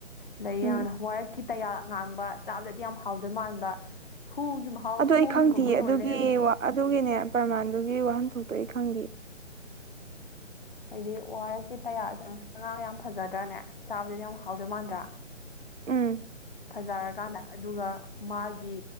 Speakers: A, on the left; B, on the right.
A: ꯂꯩ
B: ꯎꯝ
A: ꯌꯥꯝꯅ ꯋꯥꯔꯛꯀꯤ ꯇꯌꯥꯜ ꯑꯉꯥꯡꯕ ꯆꯥꯕꯗꯗꯤ ꯌꯥꯝ ꯍꯥꯎꯗꯣꯏ ꯃꯥꯟꯕ ꯍꯨꯒꯤ ꯃꯍꯥꯎ
B: ꯑꯗꯨ
A: ꯍꯨꯒꯤ
B: ꯑꯩ ꯈꯪꯗꯤꯌꯦ
A: ꯃꯒꯨꯟ ꯑꯣꯏ
B: ꯑꯗꯨꯒꯤ
A: ꯂꯩꯔꯝꯃꯦꯗꯣ
B: ꯋ ꯑꯗꯨꯒꯤꯅꯦ ꯄꯔꯃꯥꯟꯗꯨꯒꯤ ꯋꯥꯍꯟꯊꯣꯛꯇꯣ ꯑꯩ ꯈꯪꯗꯤꯌꯦ
A: ꯍꯥꯏꯗꯤ ꯋꯥꯔꯛꯀꯤ ꯇꯌꯥꯜꯁꯦ ꯉꯥꯡꯁꯡ ꯉꯥꯡꯉꯒ ꯌꯥꯝ ꯐꯖꯗ꯭ꯔꯅꯦ ꯆꯥꯕꯗꯗꯤ ꯌꯥꯝ ꯍꯥꯎꯗꯣꯏ ꯃꯥꯟꯗ꯭ꯔ
B: ꯎꯝ
A: ꯐꯖꯔꯀꯥꯟꯗ ꯑꯗꯨꯒ ꯃꯥꯒꯤ